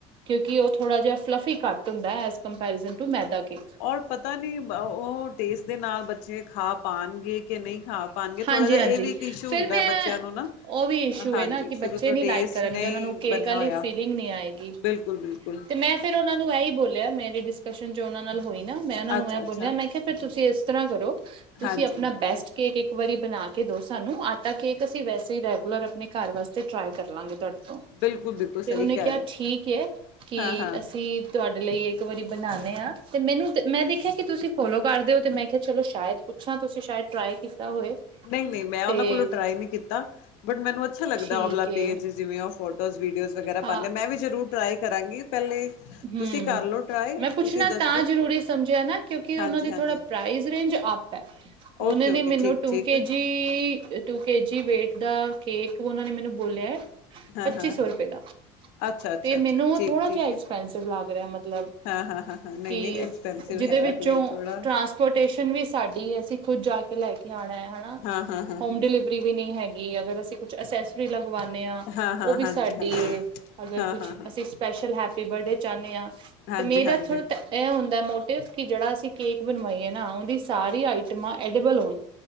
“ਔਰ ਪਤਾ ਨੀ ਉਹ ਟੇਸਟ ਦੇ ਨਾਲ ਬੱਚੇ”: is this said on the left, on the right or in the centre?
Left